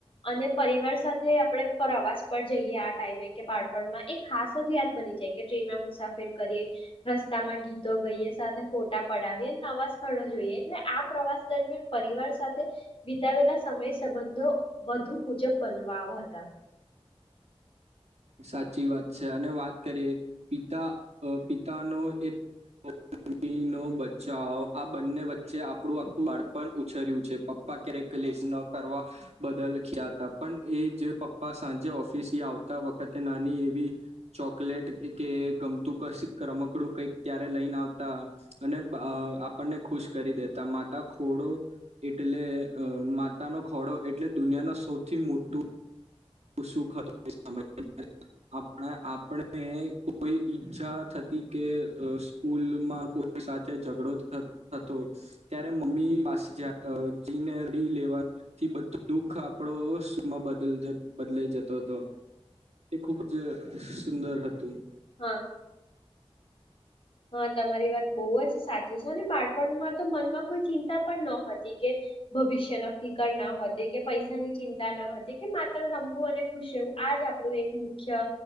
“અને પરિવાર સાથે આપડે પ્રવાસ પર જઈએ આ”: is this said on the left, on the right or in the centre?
Left